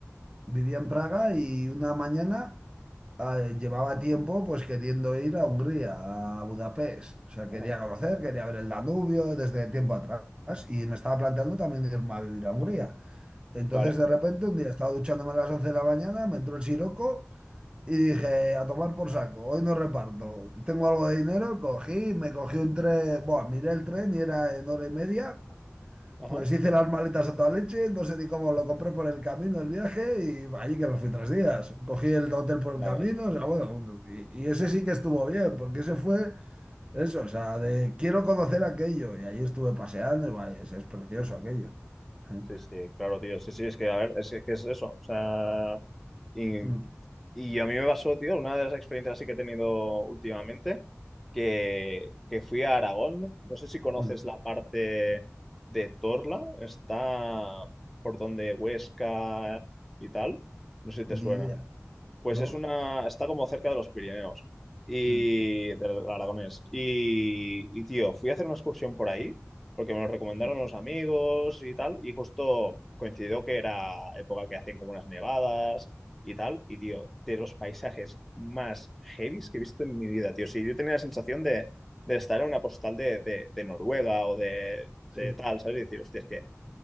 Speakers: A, on the right; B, in the centre.
A: vivía en Praga y una mañana eh, llevaba tiempo pues queriendo ir a Hungría, a Budapest. O sea, quería
B: Ajá,
A: conocer, quería ver el Danubio desde tiempo atrás. Y me estaba planteando también irme a vivir a Hungría. Entonces,
B: vale,
A: de repente, un día estaba duchándome a las 11 de la mañana, me entró el siroco Y dije, a tomar por saco, hoy no reparto. Tengo algo de dinero, cogí, me cogí un tren, bueno, miré el tren y era en hora y media.
B: ajá,
A: Pues hice las maletas a toda leche, no sé ni cómo lo compré por el camino, el viaje, y allí que me fui tres días. Cogí el hotel por
B: ya
A: el camino,
B: ves.
A: o sea, bueno, un- y, y ese sí que estuvo bien, porque ese fue eso, o sea, de quiero conocer aquello, y ahí estuve paseando, y vaya, es, es precioso aquello. Eh,
B: Sí, sí, claro, tío, sí, sí, es que, a ver, es que, que es eso, o sea, y
A: mm,
B: Y a mí me pasó, tío, una de las experiencias así que he tenido últimamente, que, que fui a Aragón. No sé si conoces
A: mm,
B: la parte de Torla, está por donde Huesca y tal. No sé si te
A: Ni
B: suena.
A: idea,
B: Pues
A: ¿no?
B: es una, está como cerca de los Pirineos y
A: Eh,
B: del Aragonés. Y, y, tío, fui a hacer una excursión por ahí porque me lo recomendaron
A: mm,
B: unos amigos y tal. Y justo coincidió que era época que hacían como unas nevadas y tal. Y, tío, de los paisajes más heavies que he visto en mi vida, tío. Sí, yo tenía la sensación de, de estar en una postal de, de- de Noruega o de,
A: Sí,
B: de tal, ¿sabes? Y decir, hostia, es que